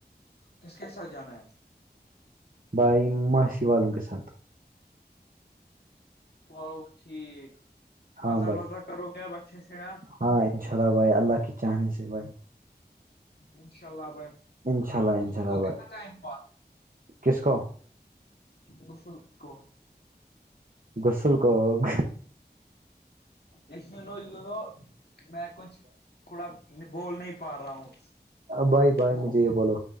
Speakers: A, on the left (about 75°); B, on the right (about 55°).
A: کس کے ساتھ جانا ہے
B: بائی ماشی والوں کے ساتھ
A: ا ٹھیک
B: ہاں
A: مزہ
B: بھائی
A: وزہ کرو گے اب اچھے سے آپ
B: ہاں ان شاء اللہ بھائی اللہ کے چاہنے سے بھائی
A: انشاء اللہ آ بھائی
B: انشاء اللہ انشاء
A: ک
B: اللہ
A: کو
B: بھائی
A: کتنا ٹائم پا
B: کس کو
A: گس کو
B: گسل کوگ
A: اس یو نو یو نو میں کچھ تھوڑا بول نہیں پا رہا ہوں
B: بھائی بائی
A: وہ
B: میں جیے بولو